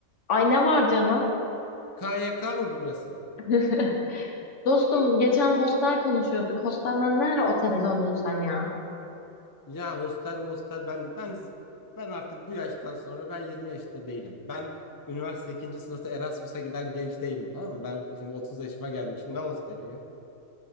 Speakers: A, on the left (about 60°); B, on the left (about 20°).
A: Ay ne var canım?
B: KYK mı burası?
A: <laughs> Dostum geçen hostel konuşuyorduk. Hostelden nereye otele döndün sen ya?
B: Ya hostel mostel ben ben ben artık bu yaştan sonra ben 20 yaşta değilim. Ben üniversite ikinci sınıfta Erasmus'a giden genç değilim tamam mı? Ben şimdi 30 yaşıma gelmişim ne hosteli ya?